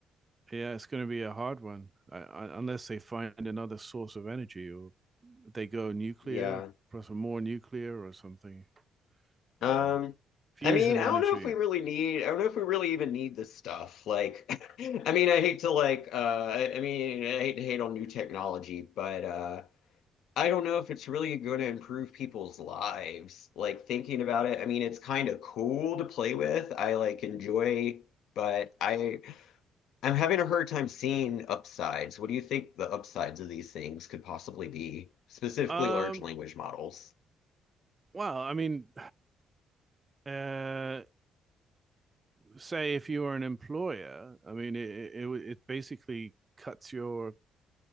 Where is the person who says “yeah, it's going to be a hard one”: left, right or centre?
Right